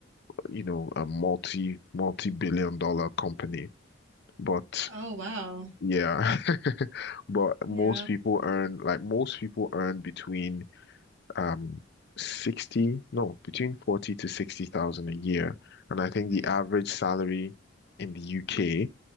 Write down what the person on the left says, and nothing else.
you know, a multi multi billion dollar company. But
yeah, <laughs> but
most people earn like most people earn between um 60, no, between 40 to 60,000 a year. And I think
the average salary in the UK,